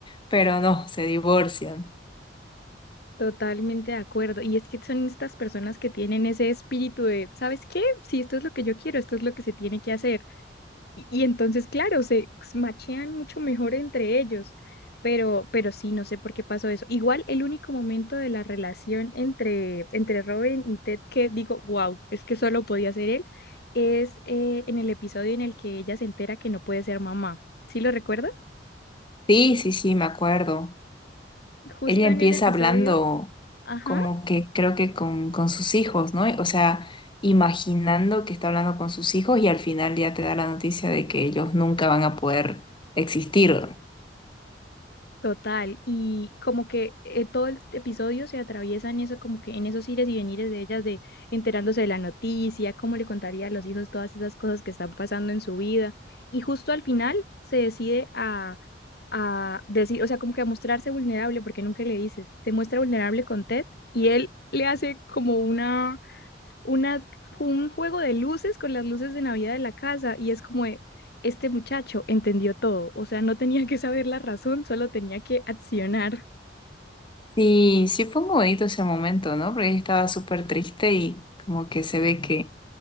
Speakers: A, on the left; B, on the left.
A: pero no, se divorcian.
B: totalmente de acuerdo. Y es que son estas personas que tienen ese espíritu de, ¿sabes qué? Si esto es lo que yo quiero, esto es lo que se tiene que hacer Y, y entonces, claro, se machean mucho mejor entre ellos, pero, pero sí, no sé por qué pasó eso. Igual el único momento de la relación entre, entre Robin y Ted que digo, wow, es que solo podía ser él, es eh, en el episodio en el que ella se entera que no puede ser mamá. ¿Sí lo recuerda?
A: Sí, sí, sí, me acuerdo.
B: Justo
A: Ella empieza
B: en ese episodio,
A: hablando
B: ajá.
A: como que creo que con, con sus hijos, ¿no? O sea, imaginando que está hablando con sus hijos y al final ya te da la noticia de que ellos nunca van a poder existir.
B: Total, y como que eh, todo el episodio se atraviesa en eso, como que en esos ires y venires de ellas, de enterándose de la noticia, cómo le contaría a los hijos todas esas cosas que están pasando en su vida. Y justo al final se decide a, a decir, o sea, como que a mostrarse vulnerable, porque nunca le dices, se muestra vulnerable con Ted y él le hace como una unas, un juego de luces con las luces de Navidad de la casa y es como de, este muchacho entendió todo, o sea, no tenía que saber la razón, solo tenía que accionar.
A: Sí, sí fue muy bonito ese momento, ¿no? Porque ella estaba súper triste y como que se ve que